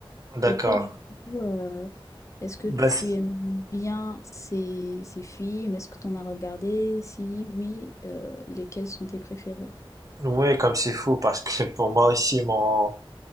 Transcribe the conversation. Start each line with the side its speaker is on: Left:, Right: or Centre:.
Right: d'accord.
Left: Et toi, du coup, euh, est-ce que
Right: Bah,
Left: tu
Right: c'est-
Left: aimes bien ces, ces films? Est-ce que tu en as regardé? Si oui, euh, lesquels sont tes préférés?
Right: ouais, comme c'est fou, parce que <laughs> pour moi aussi, mon,